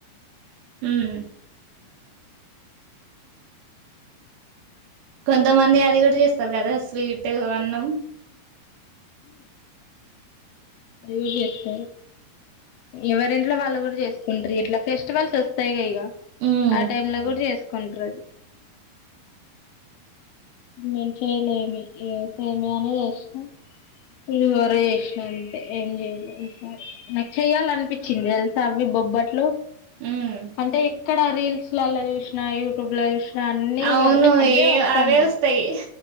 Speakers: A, on the right; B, on the left.
A: ఉమ్ కొంతమంది అది కూడా చేస్తారు కదా స్వీట్ అన్నం
B: అదిస్త ఎవరి ఇంట్లో వాళ్ళు కూడా చేసుకుంటారు ఇట్లా ఫెస్టివల్స్ వస్తాయి ఇక
A: ఉమ్
B: ఆ టైమ్ లో కూడా చేసుకుంటారుది నేను చేయలేమి ఏతేమి అని చేస్తాం ఇది వర ఇష్ అంత ఏంజయలి ఈసారి నా చెయాలనిపించింది తెలుసా అవి బొబ్బట్లు
A: ఉమ్
B: అంటే ఎక్కడ రీల్స్ చూసిన యూట్యూబ్ లో చూసిన అన్నీ
A: అవును
B: అవే
A: ఏ
B: వస్తాన్నాయి
A: అవే వస్తాయి